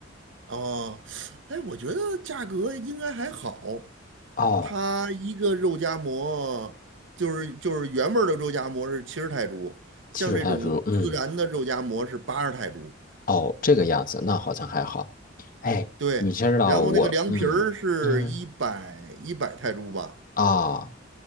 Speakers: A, on the right; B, on the left.
A: 哦，哎，我觉得价格应该还好。
B: 哦，
A: 它一个肉夹馍就是就是原味儿的肉夹馍是七十泰铢，像这种孜然的肉夹馍是八十泰铢。
B: 其实他说，嗯，哦，这个样子，那好像还好。哎，
A: 对，
B: 你知道我，
A: 然后那个凉皮儿是一百一百泰铢吧？
B: 嗯嗯，哦，